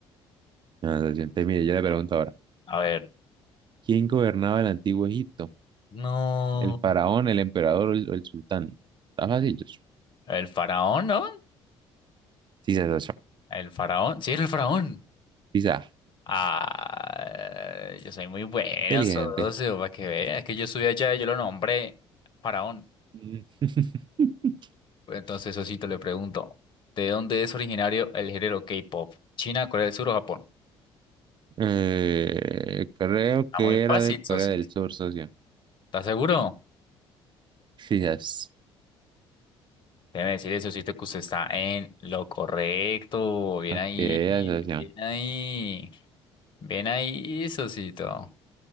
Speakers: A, on the right; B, on the left.
A: No, se siente, mire, yo le pregunto
B: No.
A: ahora,
B: A ver.
A: ¿quién gobernaba el antiguo Egipto?
B: No.
A: ¿El faraón, el emperador o el, o el sultán? Está fácil, yo.
B: El faraón, ¿no?
A: Sí, se asoció.
B: El faraón. Sí, era el faraón.
A: Quizá.
B: Ah, yo soy muy bueno,
A: Inteligente.
B: socio, para que veas. Es que yo subí allá y yo lo nombré faraón.
A: Mm. <laughs>
B: Pues entonces, Sosito, le pregunto, ¿de dónde es originario el género K-pop? ¿China, Corea del Sur o Japón?
A: Eh, creo
B: Está
A: que
B: muy
A: era
B: fácil,
A: de Corea
B: Sosito.
A: del Sur, socio.
B: ¿Estás seguro?
A: Quizás.
B: Déjeme decirle, Sosito, que usted está en lo correcto. Bien
A: Pa'
B: ahí,
A: que veas, socio.
B: bien ahí. Bien ahí, Sosito.